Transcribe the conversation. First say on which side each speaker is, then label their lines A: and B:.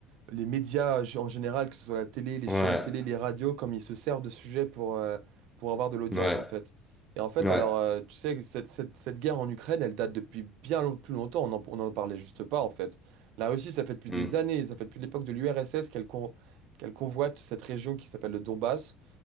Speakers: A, on the right (about 70°); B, in the centre.
A: les médias g- en général, que ce soit la télé, les
B: Ouais,
A: chaînes télé, les radios, comme ils se servent de sujets pour, euh, pour avoir de l'audience,
B: ouais,
A: en fait. Et en fait,
B: ouais,
A: alors, euh, tu sais, cette, cette, cette guerre en Ukraine, elle date depuis bien long- plus longtemps, on en, on en parlait juste pas, en fait. La Russie, ça fait depuis
B: Mm.
A: des années, ça fait depuis l'époque de l'URSS qu'elle con- qu'elle convoite cette région qui s'appelle le Donbass.